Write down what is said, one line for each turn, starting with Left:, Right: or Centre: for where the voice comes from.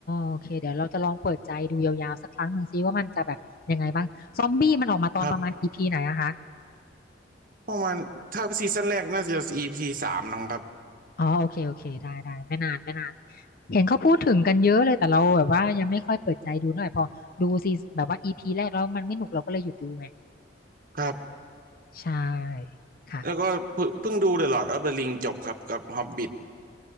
Left: โอเคเดี๋ยวเราจะลองเปิดใจดูยาวๆสักครั้งหนึ่งซิว่ามันจะแบบยังไงบ้างซอมบี้มันออกมาตอนประมาณ
Right: ครับ
Left: e ีพีไหนอะคะ
Right: ประมาณถ้าซีซั่นแรกน่าจะ EP สามนะครับ
Left: อ๋อโอเคโอเคได้ได้ไม่นานไม่นานเห็นเขาพูดถึงกันเยอะเลยแต่เราแบบว่ายังไม่ค่อยเปิดใจดูเท่าไหร่พอดูซีแบบว่า e ีพีแรกแล้วมันไม่หนุกเราก็เลยหยุดดูไง
Right: ครับ
Left: ใช่ค่ะ
Right: แล้วก็เพิ่งเพิ่งดู The Lord of the Ring จบครับกับ Hobbit